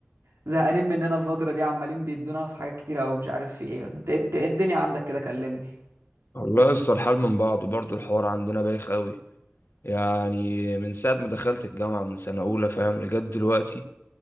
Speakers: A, on the right (about 75°); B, on the left (about 60°).
A: زهقانين مننا الفتره دي عمالين بيدونا في حاجات كتيره قوي مش عارف في ايه انت إيه الدنيا عندك كده كلمني
B: والله لسه الحال من بعضه برضه الحوار عندنا بايخ قوي يعني من ساعه ما دخلت الجامعه من سنه اولى فاهم لجد دلوقتي